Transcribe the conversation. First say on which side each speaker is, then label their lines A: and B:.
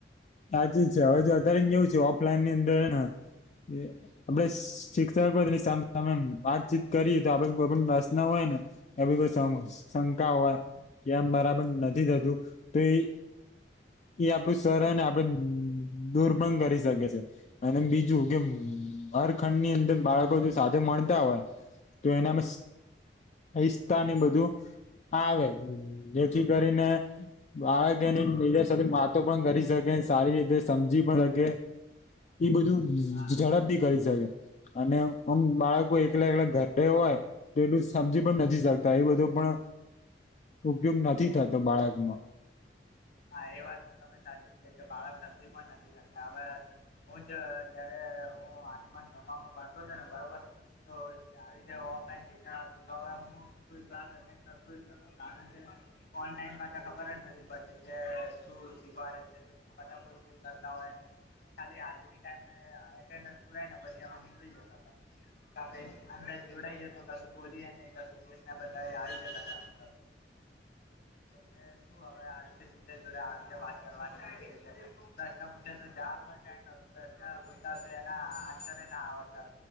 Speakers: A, on the left (about 40°); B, on the left (about 60°).
A: સાચું જ છે હવે જો અત્યારે કેવું છે ઓફલાઈન ની અંદર આપડે શિક્ષકો હોય તેની સામે સામે વાતચીત કરીએ તો આપડે કોઈ પણ રસ ના હોય ને. એ કોઈ શંકા હોય કે આમ બરાબર નથી થતું તો ઈ એ આપણું સરહ અને આપડ દૂર પણ કરી શકે છે. અને બીજું કે હરખંડની અંદર બાળકો જો સાથે મળતા હોય. તો એનામે હીસ્તા ની બધું આવે જેથી કરીને બાળક એને બીજા સાથે વાતો પણ કરી શકે સારી રીતે સમજી પણ શકે‌. એ બધું
B: હા
A: ઝડપથી કરી શકે. અને આમ બાળકો એકલા એકલા ઘરપે હોય. પલું સમજી પણ નથી શકતા એ બધો પણ ઉપયોગ નથી થતો બાળકમાં.
B: હા, એ વાત તો તમે સાચી છે કે બાળક સમજી પણ નથી શકતા હવે હું જ ત્યારે હું આઠમા નવમાં ભણતો તો ને બરોબર તો આવીતે ઓફલાઈન હત તો હવે હું કોઈ ક્લાસ અટેન્ડ કરતો જ ન. કારણ કે ઓનલાઈનમાં તો ખબર જ નથી પડતી. જે સુર શીખવાડે છે બધા ભૂલ ભૂલ કરતા હોયે ને. ખાલી હાજરી ટાઈમે અટેન્ડન્સ પુરાય ને પછી અમે નીકળી જતા હતા. અમે જોડાઈએ તો કશું બોલીએ ને કશું કેસ ના બતાવીએ આવી જ મતલબ. <unintelligible> કે શું હવે આવી જોડે આવી રીતે વાત કરવાની પ્રશ્ન પૂછે તો જ ક પ્રશ્ન પૂછતા એના આન્સરે ના આવડતા.